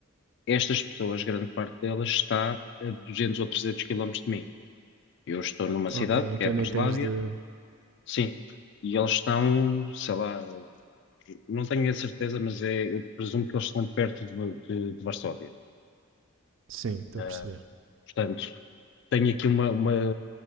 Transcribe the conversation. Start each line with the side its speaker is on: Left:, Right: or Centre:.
Left: é estas pessoas, grande parte delas está a 200 ou 300 quilómetros de mim. Eu estou numa cidade,
Right: Ok, então
Left: que é a Breslávia,
Right: nem tens de.
Left: sim, e eles estão, sei lá, não tenho a certeza, mas é, eu presumo que eles estão perto de, de- de Varsóvia.
Right: Sim, estou
Left: Ah,
Right: a perceber.
Left: portanto, tenho aqui uma, uma,